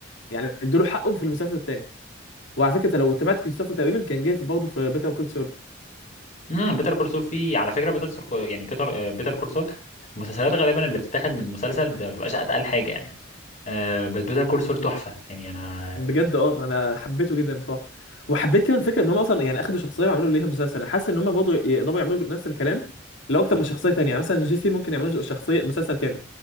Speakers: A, on the left; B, on the left.
A: يعني ادوا له حقه في المسلسل الثاني وعلى فكره أنت لو تابعت جوستافو تقريبا كان جاي في برضه في بيتر كول
B: امم بيتر كول سول فيه على فكره بيتر سول يعني كتر بيتر كول سول المسلسلات غالبا اللي بتتاخد من مسلسل ما بتبقاش اتقل حاجه يعني آه بس بيتر كول سول تحفه يعني انا
A: بجد اه انا حبيته جدا بصراحه وحبيت كمان الفكره ان هم اصلا يعني اخدوا شخصيه وعملوا ليها مسلسل انا حاسس ان هم برضه يقدروا يعملوا نفس الكلام لو اكتر من شخصيه تانية يعني مثلا جيسي ممكن يعملوا شخصيه مسلسل كامل